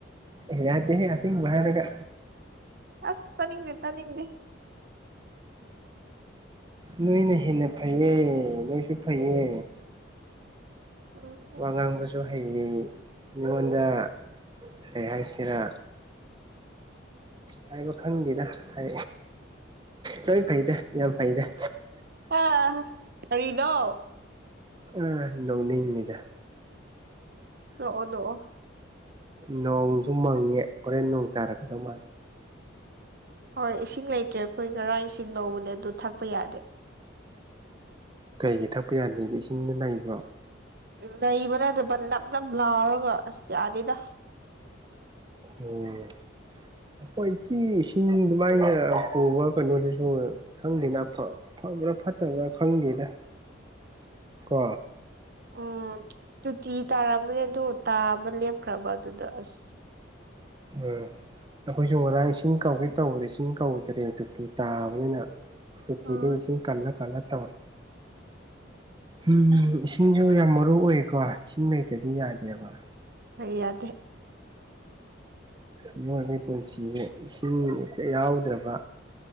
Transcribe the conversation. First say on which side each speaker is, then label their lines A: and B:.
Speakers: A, on the right; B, on the right.
A: ꯑꯦ ꯌꯗꯦꯍꯦ ꯑꯁꯦꯡꯕ ꯍꯥꯢꯔꯒꯥ
B: ꯑꯁ ꯇꯅꯤꯡꯗꯦ ꯇꯅꯤꯡꯗꯦ
A: ꯅꯣꯏꯅ ꯍꯦꯟꯅ ꯐꯩꯌꯦ ꯅꯣꯏꯁꯨ ꯐꯩꯌꯦ
B: ꯎꯝ ꯎꯝ
A: ꯋꯥ ꯉꯥꯡꯕꯁꯨ ꯍꯩꯌꯦ ꯃꯤꯉꯣꯟꯗ ꯀꯩ ꯍꯥꯏꯁꯤꯔꯥ ꯍꯥꯏꯕ ꯈꯪꯗꯦꯗ ꯍꯥꯏ ꯂꯣꯏ ꯐꯩꯗ ꯌꯥꯝ ꯐꯩꯗ
B: ꯑ ꯀꯔꯤꯅꯣ
A: ꯑ ꯅꯣꯛꯅꯤꯡꯉꯤꯗ
B: ꯇꯣꯛꯑꯣ ꯇꯣꯛꯑꯣ
A: ꯅꯣꯡꯁꯨ ꯃꯪꯉꯦ ꯍꯣꯔꯦꯟ ꯅꯣꯡ ꯇꯥꯔꯛꯇꯧ ꯃꯥꯜꯂꯦ
B: ꯍꯣꯏ ꯏꯁꯤꯡ ꯂꯩꯇ꯭ꯔꯦ ꯑꯩꯈꯣꯏ ꯉꯔꯥꯡ ꯏꯁꯤꯡ ꯂꯧꯕꯅꯦ ꯑꯗꯨ ꯊꯛꯄ ꯌꯥꯗꯦ
A: ꯀꯩꯒꯤ ꯊꯛꯄ ꯌꯥꯗꯦꯗꯤ ꯏꯁꯤꯡꯗꯣ ꯅꯩꯕ꯭ꯔꯣ
B: ꯂꯩꯕ ꯅꯠꯇꯕ ꯅꯞ ꯅꯞ ꯂꯥꯎꯔꯒ ꯑꯁ ꯌꯥꯗꯦꯗ
A: ꯑꯣ ꯑꯩꯈꯣꯏꯀꯤ ꯏꯁꯤꯡ ꯑꯗꯨꯃꯥꯏꯅ ꯄꯨꯕ ꯀꯩꯅꯣꯗꯨꯁꯨ ꯈꯪꯗꯦꯅ ꯑꯥꯐ ꯐꯕ꯭ꯔꯥ ꯐꯠꯇꯕ꯭ꯔꯥ ꯈꯪꯗꯦꯗ ꯀꯣ
B: ꯑꯣ ꯇꯣꯇꯤ ꯇꯥꯔꯝꯕꯅꯦ ꯑꯗꯨ ꯇꯥꯕ ꯂꯦꯞꯈ꯭ꯔꯕ ꯑꯗꯨꯗ ꯑꯁ
A: ꯎꯝ ꯑꯩꯈꯣꯏꯁꯨ ꯉꯔꯥꯡ ꯏꯁꯤꯡ ꯀꯧꯒꯦ ꯇꯧꯕꯗ ꯏꯁꯤꯡ ꯀꯧꯗ꯭ꯔꯦ ꯑꯗꯨꯗꯤ ꯇꯥꯕꯅꯤꯅ ꯇꯣꯇꯤꯗꯒꯤ
B: ꯑ
A: ꯏꯁꯤꯡ ꯀꯜꯂ ꯀꯜꯂ ꯇꯧꯔꯦ
B: <inaudible>
A: ꯎꯝ ꯏꯁꯤꯡꯁꯨ ꯌꯥꯝ ꯃꯔꯨ ꯑꯣꯌꯦꯀꯣ ꯏꯁꯤꯡ ꯂꯩꯇꯔꯥꯗꯤ ꯌꯥꯗꯦꯕ
B: ꯀ ꯌꯥꯗꯦ
A: ꯃꯤꯑꯣꯏꯕꯒꯤ ꯄꯨꯟꯁꯤꯁꯦ ꯏꯁꯤꯡ ꯍꯦꯛꯇ ꯌꯥꯎꯗꯕ